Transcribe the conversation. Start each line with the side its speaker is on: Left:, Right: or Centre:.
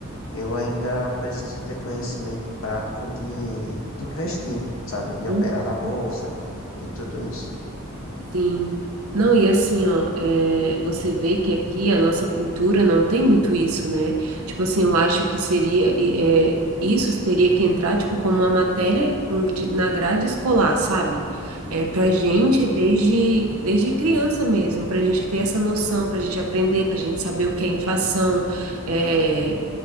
Left: eu ainda preciso ter conhecimento prático de, de investir, sabe? De operar
Right: uhum.
Left: na bolsa e tudo isso.
Right: Sim. Não, e assim, ó, é, você vê que aqui a nossa cultura não tem muito isso, né? Tipo assim, eu acho que seria, e, é, isso teria que entrar, tipo, como uma matéria um, de- na grade escolar, sabe? É, pra gente,
Left: Com
Right: desde, desde criança mesmo, pra gente ter essa noção, pra gente aprender, pra gente saber o que é inflação, eh,